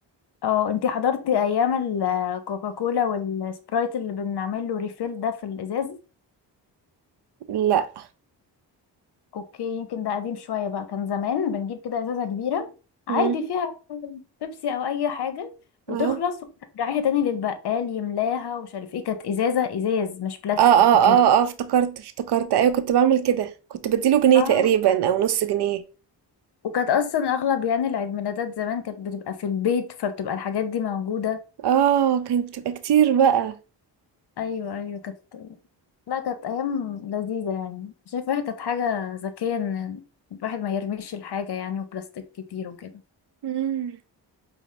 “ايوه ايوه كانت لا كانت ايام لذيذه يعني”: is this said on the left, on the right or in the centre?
Left